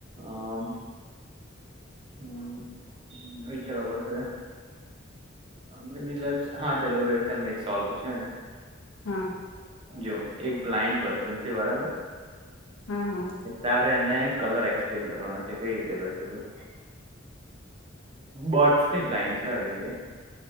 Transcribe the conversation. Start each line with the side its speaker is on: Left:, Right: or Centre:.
Right: આમ હ વિચારવા પડશે મેી હા ચાલલો ચલ મેં એક સવાલ પૂછ્યું
Left: હા
Right: જો એક બ્લાઇન્ડ પસન છે બરાબર
Left: હા હા
Right: ત્યારે એને કલર એક્સપ્લેન કરવાના છે કઈ રીતે કરશે તું બર્ડસ બ્લાઇન્ડ છે હગ એ